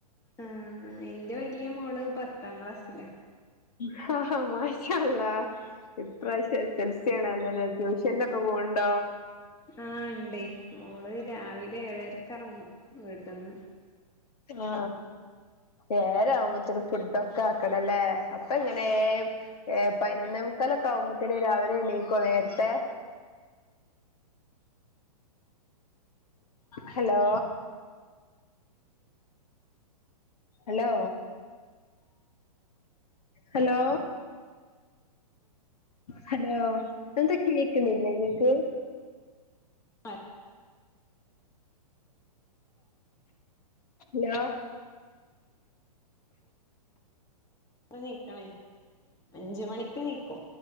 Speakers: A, on the left (about 15°); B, on the left (about 70°).
A: ആ എന്റെ വല്യ മോള് പത്താം ക്ലാസില
B: ഹാ ഹാ മാഷാ അ ള്ളാ ഇപ്രാവശ്യ എ സെൽസിയണ അല്ലല്ല ട്യൂഷന്റെ ഒക്ക പോണ്ട
A: ആ ഉണ്ട് ഓള് രാവിലെ ഏഴര കിറങ്ങി വീട്ടിന്ന്
B: ആ വേറെ ആവുമ്പോത്തേന ഫുഡൊക്കെ ആക്കണല്ലേ അപ്പൊ ഇങ്ങനെ ഏ പതിനൊന്നേ മുക്കാലൊക്കെ ആവുമ്പോത്തേന രാവിലെ എണീക്കോ നേരത്തെ ഹലോ ഹലോ ഹലോ ഹലോ എന്ത കേക്കുന്നില്ല നിങ്ങക്ക്
A: ആ
B: ഹലോ
A: നീക്കണേ അഞ്ചു മണി പിക്കും